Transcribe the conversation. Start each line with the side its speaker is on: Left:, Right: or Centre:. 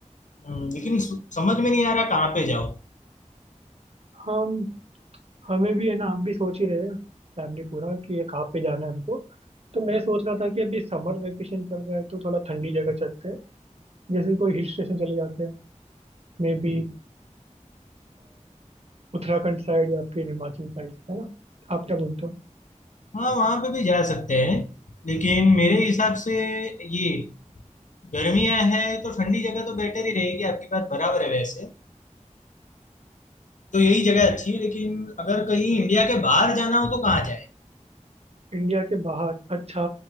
Left: हम्म, लेकिन सु- समझ में नहीं आ रहा कहाँ पे जाऊं
Right: हम हमें भी है ना हम भी सोच ही रहे हैं फैमिली पूरा कि ये कहाँ पे जाना है हमको तो मैं सोच रहा था कि अभी समर वेकेशन चल रहा है तो थोड़ा ठंडी जगह चलते हैं जैसे कोई हिल स्टेशन चले जाते हैं मे बी उत्तराखंड साइड या फिर हिमाचल साइड है ना आप क्या बोलते हो
Left: हाँ वहां पे भी जा सकते हैं लेकिन मेरे हिसाब से ये गर्मियां है तो ठंडी जगह तो बेटर ही रहेगी आपकी बात बराबर है वैसे तो यही जगह अच्छी है लेकिन अगर कहीं इंडिया के बाहर जाना हो तो कहाँ जाए
Right: इंडिया के बाहर अच्छा